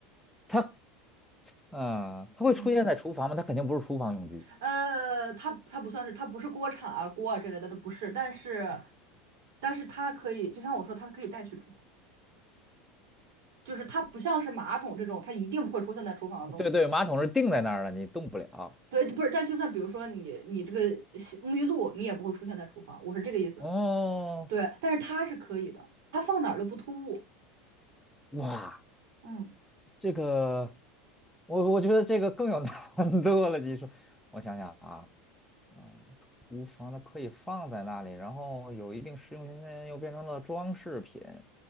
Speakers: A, in the centre; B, on the right.
A: 它嗯，它会出现在厨房吗？
B: 嗯。
A: 它肯定不是厨房用具。
B: 呃，它它不算是，它不是锅铲啊、锅啊之类的，都不是。但是，但是它可以，就像我说，它可以带去厨房，就是它不像是马桶这种，它一定不会出现在厨房的东西。
A: 对对，马桶是定在那儿了，你动不了。
B: 对，不是。但就算比如说你你这个洗沐浴露，你也不会出现在厨房，我是这个意思。
A: 哦，
B: 对，但是它是可以的，它放哪儿都不突兀。
A: 哇，
B: 嗯
A: 这个，我我觉得这个更有难度了。你说，我想想啊，嗯，厨房它可以放在那里，然后有一定实用性，又变成了装饰品，